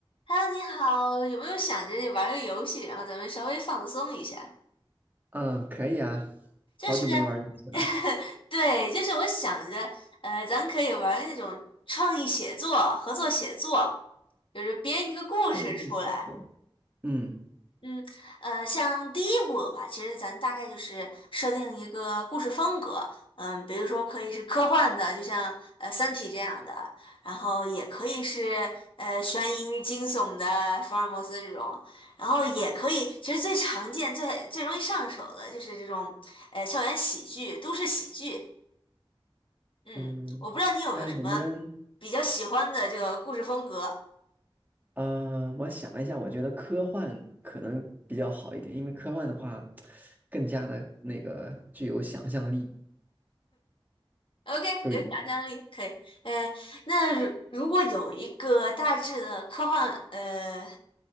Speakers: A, on the left; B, on the right.
A: Hello，你好，有没有想着玩个游戏，然后咱们稍微放松一下？
B: 嗯，可以啊，
A: 就是，
B: 好久没玩儿游戏了。
A: <laughs> 对，就是我想着，呃，咱可以玩那种创意写作、合作写作，就是编一个故事出来，
B: 创意写作，嗯
A: 嗯，呃，像第一部的话，其实咱大概就是设定一个故事风格，嗯，比如说可以是科幻的，就像呃《三体》这样的，然后也可以是呃悬疑惊悚的福尔摩斯这种，然后也可以，其实最常见、最最容易上手的就是这种呃校园喜剧、都市喜剧。嗯，
B: 嗯，
A: 我不知道你有没有什么比较喜欢的这个故事风格。
B: 那我们，呃，我想了一下，我觉得科幻可能比较好一点，因为科幻的话，更加的那个具有想象力。
A: OK，
B: 对，
A: 有想象力，可以。哎，那如如果有一个大致的科幻，呃，